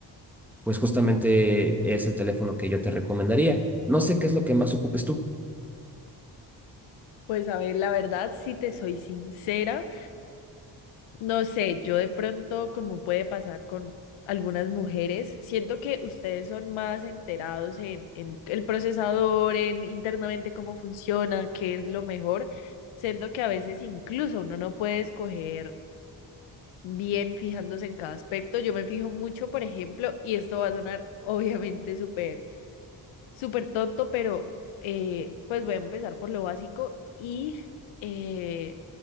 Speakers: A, in the centre; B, on the left.
A: pues justamente es el teléfono que yo te recomendaría. No sé qué es lo que más ocupes tú.
B: pues a ver, la verdad, si te soy sincera. No sé, yo de pronto, como puede pasar con algunas mujeres, siento que ustedes son más enterados en, en el procesador, en internamente cómo funciona, qué es lo mejor. Siento que a veces incluso uno no puede escoger bien fijándose en cada aspecto. Yo me fijo mucho, por ejemplo, y esto va a sonar <laughs> obviamente súper súper tonto, pero eh, pues voy a empezar por lo básico y eh,